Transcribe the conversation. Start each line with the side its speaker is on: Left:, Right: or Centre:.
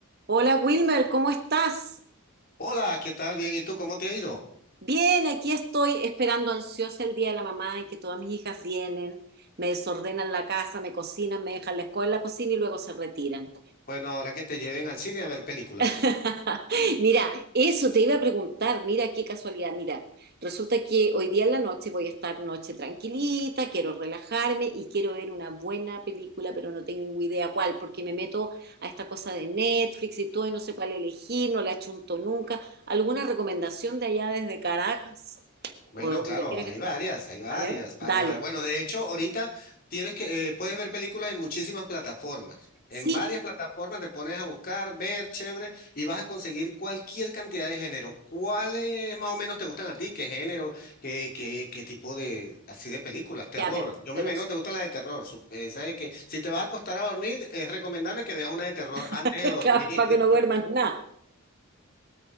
Right: Hola Wilmer, ¿cómo estás?
Left: Hola, ¿qué tal? Bien, ¿y tú cómo te ha ido?
Right: Bien, aquí estoy esperando ansiosa el día de la mamá en que todas mis hijas vienen, me desordenan la casa, me cocinan, me dejan la escuela en la cocina y luego se retiran.
Left: Bueno, ahora que te lleven al cine a ver películas.
Right: <laughs> Mira, eso te iba a preguntar, mira qué casualidad, mira, resulta que hoy día en la noche voy a estar noche tranquilita, quiero relajarme y quiero ver una buena película, pero no tengo idea cuál, porque me meto a esta cosa de Netflix y todo y no sé cuál elegir, no la achunto nunca. ¿Alguna recomendación de allá desde Caracas
Left: Bueno,
Right: o de donde
Left: claro,
Right: quiera
Left: hay
Right: que esté?
Left: varias, hay varias,
Right: A ver,
Left: varias.
Right: dale.
Left: va- Bueno, de hecho, ahorita tienes que eh, puedes ver películas en muchísimas plataformas. En
Right: Sí,
Left: varias plataformas te pones a buscar, ver, chévere, y vas a conseguir cualquier cantidad de género. ¿Cuáles más o menos te gustan a ti? ¿Qué género? ¿Qué, qué, qué tipo de así de películas? Terror.
Right: ya, pero,
Left: Yo
Right: pero
Left: me imagino que te gustan las de terror. Sup- eh, sabes que si te vas a acostar a dormir, es recomendable que veas una de terror antes
Right: <laughs>
Left: de dormir.
Right: para
Left: <laughs>
Right: que no duermas nada.